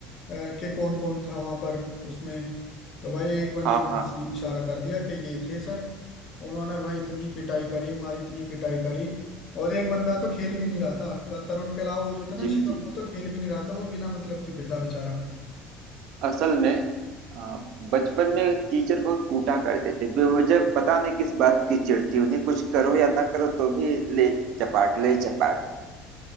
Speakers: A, on the left; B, on the right.
A: अ, कि कौन कौन था वहां पर उसमें तो भाई एक बंदे
B: हाँ
A: ने
B: हाँ
A: ऐसे ही इशारा कर दिया कि ये थे सर उन्होंने भाई इतनी पिटाई करी हमारी इतनी पिटाई करी और एक बंदा तो खेल भी नहीं रहा था त- तरुण के अलावा वो जो था ना
B: जी जी
A: शिवम
B: जी।
A: वो तो खेल भी नहीं रहा था वो बिना मतलब की पिटा बेचारा
B: असल में आ, बचपन में टीचर बहुत कूटा करते थे बेवजह पता नहीं किस बात की चिढ़ती उन्हें कुछ करो या ना करो तो भी ले चपाट ले चपाट